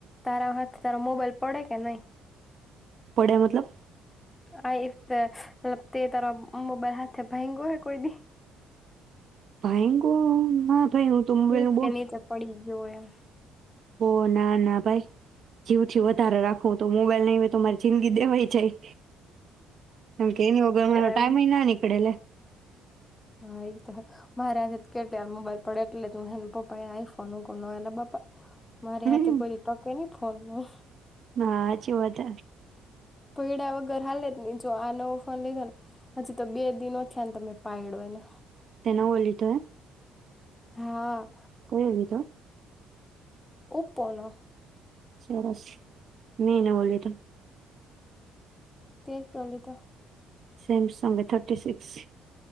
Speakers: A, on the left; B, on the right.
A: તારા હાથ તારા મોબાઈલ પડે કે નહી
B: પડ્યા મતલબ
A: આ મલ તે તાર મોબાઈલ હાથે ભેંગો હોય કોઈ દી
B: ભયકો ના ભાઈ હું તો મોબાઈલ
A: ફસ
B: નું
A: કે નીચે પડી ગયો એ <inaudible>
B: હો ના ના ભાઈ જીવ થી વધારે રાખવું તો મોબાઈલ નવે તો મારી જિંદગી દેવાય જાય તમકે એની હોગ મારો ટાઈમ
A: એમ
B: ના કડ લ
A: હા એ તો મારે આ કેટયાર મોબાઈલ પડે એટલે જ હુંને પપ્પા એ આઈફોન મૂક ન પપા મારે
B: હમ,
A: આથે કોઈ ટકે નહી ફલમાં
B: હા સાચી વાત હ
A: પૈડા વગર હાલે જ નહી જો આ નવો ફોન લીધો ને હજી તો બે દિનો થયા ને તમે પાયડો એને.
B: તે નવો લીધો હે.
A: હા.
B: કયો લીધો?
A: ઓપો નો.
B: સરસ. નિ નવો લીધો.
A: તે ત લીધો.
B: સેમસંગે થર્ટી સીક્સ.